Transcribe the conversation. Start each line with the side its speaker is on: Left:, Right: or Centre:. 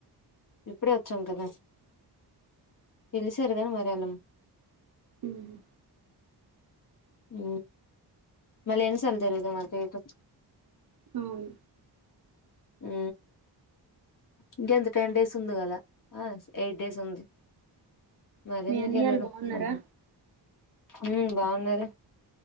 Left: ఇప్పుడే వచ్చాం గదా పిలిసారు గాని మరేలం
Right: ఉహు
Left: ఉమ్ మళ్ళ ఏం సంగతి తెలీదు మాకు ఏటో
Right: అవును
Left: ఊ ఇంకెంత టెన్ డేస్ ఉంది గదా అ ఎయిట్ డేస్ ఉంది మరేందుకు
Right: మీ అన్నయ్యలు
Left: ఎళ్ళడం
Right: బాగున్నారా
Left: మల్లి ఉమ్ బాగున్నారు